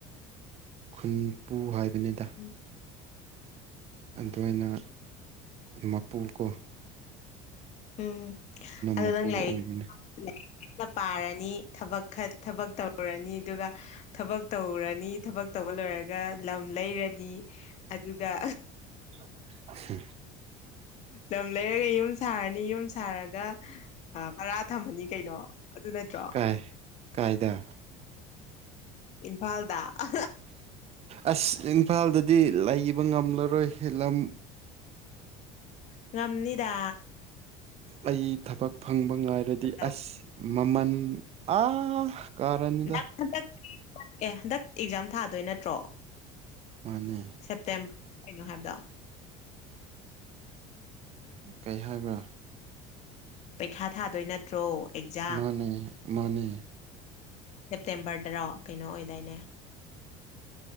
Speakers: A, on the right (about 40°); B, on the left (about 45°).
A: ꯈꯨꯟꯄꯨ ꯍꯥꯏꯕꯅꯤꯗ
B: ꯎꯝ
A: ꯑꯗꯨꯅ ꯃꯄꯨꯀꯣ
B: ꯎꯝ ꯑꯗꯅ
A: ꯃꯄꯨ
B: ꯂꯥꯏꯛ
A: ꯑꯣꯏꯕꯅꯦ
B: ꯂꯥꯏꯔꯤꯛ ꯄꯥꯔꯅꯤ ꯊꯕꯛ ꯈ ꯊꯕꯛ ꯇꯧꯔꯅꯤ ꯑꯗꯨꯒ ꯊꯕꯛ ꯇꯧꯔꯅꯤ ꯊꯕꯛ ꯇꯧꯕ ꯂꯣꯏꯔꯒ ꯂꯝ ꯂꯩꯔꯅꯤ ꯑꯗꯨꯒ
A: ꯎ
B: ꯂꯝ ꯂꯩꯔꯒ ꯌꯨꯝ ꯁꯥꯔꯅꯤ ꯌꯨꯝ ꯁꯥꯔꯒ ꯚꯔꯥ ꯊꯝꯃꯅꯤ ꯀꯩꯅꯣ ꯑꯗꯨ ꯅꯠꯇ꯭ꯔꯣ
A: ꯀꯥꯏ ꯀꯥꯏꯗ
B: ꯏꯝꯐꯥꯜꯗ ꯑ
A: ꯑꯁ ꯏꯝꯐꯥꯜꯗꯗꯤ ꯂꯩꯕ ꯉꯝꯂꯔꯣꯏꯂꯝ
B: ꯉꯝꯅꯤꯗꯥ
A: ꯑꯩ ꯊꯕꯛ ꯐꯪꯕ ꯉꯥꯏꯔꯗꯤ
B: ꯇꯧ
A: ꯑꯁ ꯃꯃꯜ ꯑꯥ ꯀꯥꯔꯥꯅꯤꯗ
B: ꯅꯪ ꯍꯟꯗꯛ ꯑꯦ ꯍꯟꯗꯛ ꯑꯦꯛꯖꯥꯝ ꯊꯥꯗꯣꯏ ꯅꯠꯇ꯭ꯔꯣ
A: ꯃꯥꯅꯦ
B: ꯁꯦꯞꯇꯦꯝꯕꯔꯗ ꯀꯩꯅꯣ ꯍꯥꯏꯕꯗꯣ
A: ꯀꯩ ꯍꯥꯏꯕ꯭ꯔꯥ
B: ꯄꯩꯈꯥ ꯊꯥꯗꯣꯏ ꯅꯠꯇ ꯇꯣ ꯑꯦꯛꯖ
A: ꯃꯥꯅꯦ ꯃꯥꯅꯦ
B: ꯁꯦꯞꯇꯦꯝꯕꯔꯗꯔꯣ ꯀꯩꯅꯣ ꯑꯣꯏꯗꯥꯏꯅꯦ